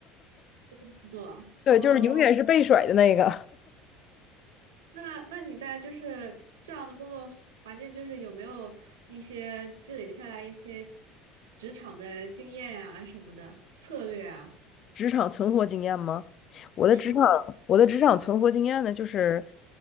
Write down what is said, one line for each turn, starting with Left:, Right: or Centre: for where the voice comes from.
Right: 工作哦，
Left: 对，就是永远是被甩的那个。
Right: 那那你在就是这样的工作环境，就是有没有一些积累下来一些职场的经验呀什么的策略啊？
Left: 职场存活经验吗？我的职场，
Right: 是的，
Left: 我的职场存活经验呢，就是